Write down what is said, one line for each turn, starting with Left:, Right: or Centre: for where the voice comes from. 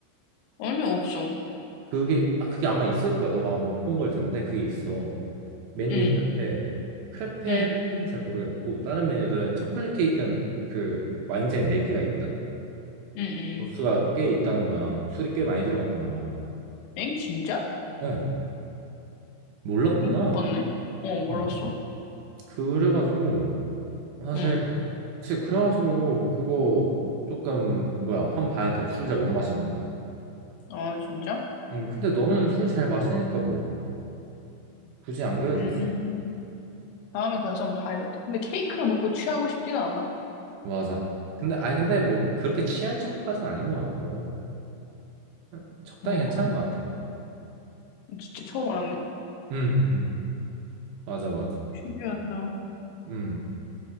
Left: 아니, 없어.
Right: 그게, 아, 그게 아마 있을 거야. 너가 아마 못 본 걸 텐데, 그게 있어. 메뉴
Left: 응,
Right: 이름인데 크레페는
Left: 응,
Right: 잘 모르겠고 다른 메뉴들은 초콜릿 케이크는 그 와인잔에 4개가 있거든?
Left: 응, 응.
Right: 도수가 꽤 있다는 거야. 술이 꽤 많이 들어갔던 거야.
Left: 엥? 진짜?
Right: 응, 어, 몰랐구나.
Left: 그래, 못 봤네. 어, 몰랐어.
Right: 음. 그래가지고 사실
Left: 응.
Right: 그치 그래가지고 그거 조금 뭐야 한번 봐야 돼. 술 잘 못 마시면.
Left: 아, 진짜?
Right: 음, 근데 너는 술 잘 마시니까 뭐 굳이 안 그래도
Left: 음,
Right: 되지.
Left: 다음에 가서 한번 봐야겠다. 근데 케이크를 먹고 취하고 싶진 않아.
Right: 맞아. 근데 아니 근데 뭐 그렇게 취할 정도까지는 아닌 것 같고 응, 적당히
Left: 어,
Right: 괜찮은
Left: 그래?
Right: 것 같아.
Left: 진짜 처음 알았네.
Right: 음, <laughs> 맞아 맞아.
Left: 신기하다.
Right: 음.